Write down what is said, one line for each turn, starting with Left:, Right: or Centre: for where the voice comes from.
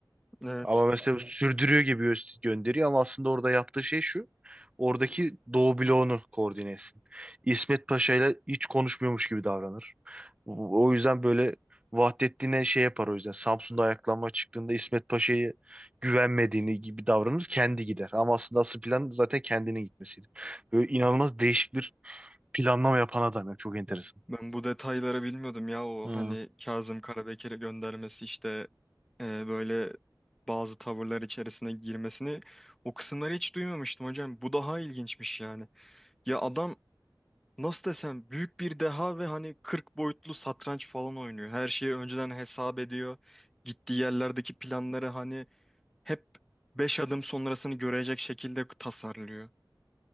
Centre: Evet.
Right: Ama mesela sürdürüyor gibi gö- gönderiyor ama aslında orada yaptığı şey şu. Oradaki Doğu bloğunu koordine etsin. İsmet Paşa ile hiç konuşmuyormuş gibi davranır. O o yüzden böyle Vahdettin'e şey yapar o yüzden. Samsun'da ayaklanma çıktığında İsmet Paşa'yı güvenmediğini gibi davranır. Kendi gider. Ama aslında asıl plan zaten kendinin gitmesiydi. Böyle inanılmaz değişik bir planlama yapan adam ya. Çok enteresan.
Centre: Ben bu detayları bilmiyordum ya o
Right: Hı.
Centre: hani Kazım Karabekir'e göndermesi işte e, böyle bazı tavırlar içerisine girmesini o kısımları hiç duymamıştım hocam. Bu daha ilginçmiş yani. Ya adam nasıl desem büyük bir deha ve hani 40 boyutlu satranç falan oynuyor. Her şeyi önceden hesap ediyor. Gittiği yerlerdeki planları hani hep 5 adım sonrasını görecek şekilde tasarlıyor.